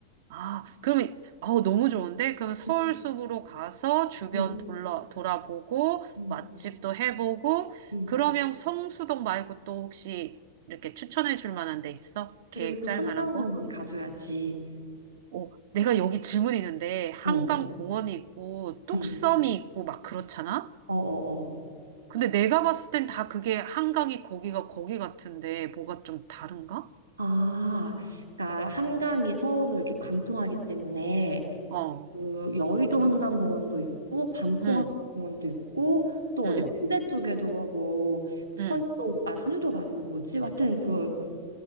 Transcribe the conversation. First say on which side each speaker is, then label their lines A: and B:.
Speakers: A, on the right; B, on the right.
A: 아, 그러면, 아우, 너무 좋은데? 그럼 서울
B: 응,
A: 숲으로 가서 주변
B: 응,
A: 돌아, 돌아보고,
B: 응,
A: 맛집도 해보고,
B: 응.
A: 그러면 성수동 말고 또 혹시 이렇게 추천해 줄 만한 데 있어? 계획
B: 그리고 또
A: 짤
B: 한강공원
A: 만한 거?
B: 가줘야지.
A: 오, 내가 여기 질문 있는데, 한강
B: 어,
A: 공원이 있고, 뚝섬이
B: 응,
A: 있고, 막 그렇잖아?
B: 어, 어, 어.
A: 근데 내가 봤을 땐 다 그게 한강이 거기가 거기 같은데, 뭐가 좀 다른가?
B: 아, 그러니까 한강이 서울을 이렇게 관통하기 때문에
A: 어,
B: 그 여의도 한강공원도 있고 반포
A: 응,
B: 한강공원도 있고 또
A: 응,
B: 어디 홍대 쪽에도 뭐 선유도
A: 응,
B: 아 선유도가 아니고 뭐지? 하여튼 그막